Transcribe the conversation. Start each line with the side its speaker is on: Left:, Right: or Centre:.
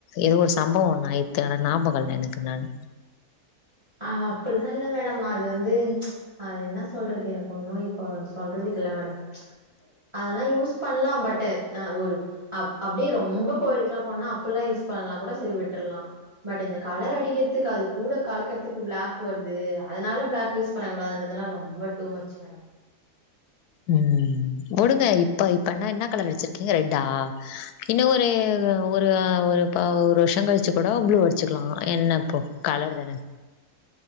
Left: எதோ ஒரு சம்பவு ஒண்ணு ஆயித்து ஆனா நாபகோல்ல எனக்கு நானு
Right: ஆ அப்புல்லா இல்ல மேடம் அது வந்து அது இன்னா சொல்றது எனக்கு ஒன்னு இப்போ சொல்றதுக்கு இல்ல மேடம் அதல்லா யூஸ் பண்லா பட்டு ஆ ஒரு அப் அப்டே ரொம்ப கோயிலுக்ல்லா போனோ அப்புல்லா யூஸ் பண்ணா கூட செரி விட்ருலா பட் இந்த கலர் அடிக்கிர்துக் அது கூட கலக்கர்த் துக்கு ப்ளாக் வருது அதனால ப்ளாக் யூஸ் பண்ணக் கூடாதுன்றதெல்லா ரொம்ப டூ ‌மச் மேடம்
Left: ம் உடுங்க இப்ப இப்பன்னா இன்னா கலர் அட்ச்சிருக்கிங்க ரெட்டா இன்னு ஒரு <unintelligible>
Right: ஆமா
Left: தா
Right: மேடம்
Left: ஒரு ஆ ஒரு இப்போ ஒரு வர்ஷ்ஷோ கழிச்சு கூடோ ப்ளூ அடிச்சுக்லா என்ன இப்போ கலரு தான